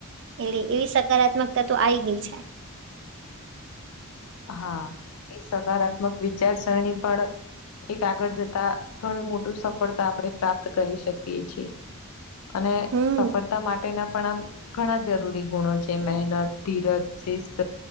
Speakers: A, on the right (about 55°); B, on the left (about 80°).
A: એટલે એવી સકારાત્મકતા તો આયી ગઈ છે
B: હા એ સકારાત્મક વિચારસરણી પણ એક આગળ જતા ઘણું મોટું સફળતા આપણડે પ્રાપ્ત કરી શકીએ છીએ અને
A: હમ
B: સફળતા માટે ના પણ આમ ઘણા જરૂરી ગુણો છે મહેનત ધીરજ શિસ્ત